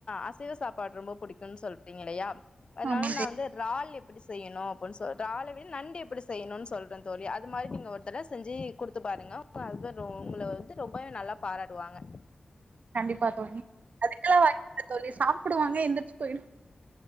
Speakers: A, on the left; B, on the right.
A: அசைவ சாப்பாடு ரொம்ப புடிக்குன்னு சொல்றீங்க இல்லையா அதனால
B: ஆமா
A: நா
B: தோழி
A: வந்து ரால் எப் எப்புடி செய்யணு அப்புடுன்னு சொல்ற றாலவிட நண்டு எப்புடி செய்ணுனு சொல்றே தோழி அது மாரி நீங்க ஒரு அதெல்லா செஞ்சி குடுத்து பாருங்க ஒங்க ஹஸ்பண்ட் ஒங்கள வந்து ரொம்பவே நல்லா பாராடுவாங்க
B: கண்டிப்பா தோழி அதுக்கெல்லா வாய்ப்பு இல்ல தோழி சாப் சாப்புடுவாங்க எந்திரிச்சு பொயிடு